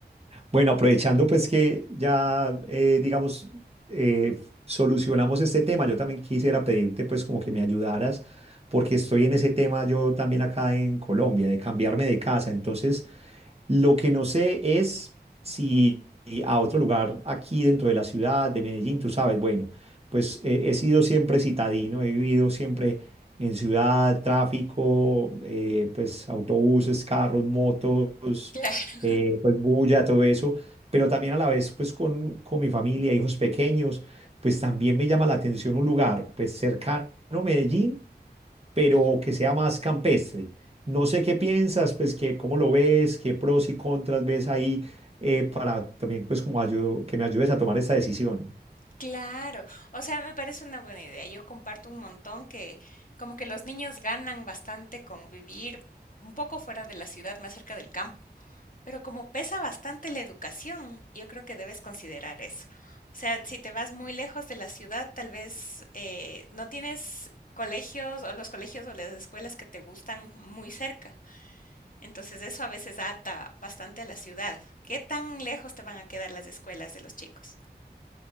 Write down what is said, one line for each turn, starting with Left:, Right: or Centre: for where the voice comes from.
Right: Bueno, aprovechando pues que ya, eh, digamos, eh, solucionamos este tema, yo también quisiera pedirte pues como que me ayudaras, porque estoy en ese tema yo también acá en Colombia, de cambiarme de casa. Entonces, Lo que no sé es si a otro lugar aquí dentro de la ciudad de Medellín, tú sabes, bueno, pues eh, he sido siempre citadino, he vivido siempre en ciudad, tráfico, eh, pues autobuses, carros, motos,
Left: Claro.
Right: eh, pues bulla, todo eso, pero también a la vez pues con, con mi familia, hijos pequeños, pues también me llama la atención un lugar pues cercano a Medellín pero
Left: Ujú.
Right: que sea más campestre. No sé qué piensas, pues que cómo lo ves, qué pros y contras ves ahí eh, para también pues como ayu- que me ayudes a tomar esta decisión.
Left: Claro, o sea, me parece una buena idea. Yo comparto un montón que como que los niños ganan bastante con vivir un poco fuera de la ciudad, más cerca del campo. Pero como pesa bastante la educación, yo creo que debes considerar eso. O sea, si te vas muy lejos de la ciudad, tal vez eh, no tienes colegios o los colegios o las escuelas que te gustan muy cerca. Entonces eso a veces ata bastante a la ciudad. ¿Qué tan lejos te van a quedar las escuelas de los chicos?